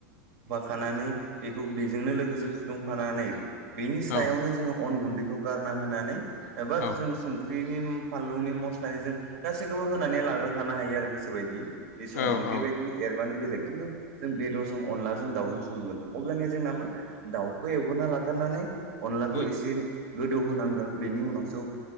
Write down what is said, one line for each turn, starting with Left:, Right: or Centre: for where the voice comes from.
Right: खानानै बेखौ बेजोंनो लोगोसे फुदुंफानानै बेनि सायावनो
Left: औ
Right: जोंङो अन गुन्दै खौ गारना होनानै एबा
Left: औ
Right: जों संख्रिनि फानलुनि मस्लानि जों गासैखौबो होनानै लाग्रोखानो हायो आरो गोसो बायदि बे समावनो
Left: औ
Right: बेबायदिनो
Left: औ
Right: एरबानो बेलेग खिन्थु जों बेदरजों अनलाजों दाउजों संगोन अब्लानिया जोंना मा दाउखौ एवगोरना लाथारनानै अनलाखौ
Left: उम
Right: एसे गोदौ होनांगोन बेनि उनावसो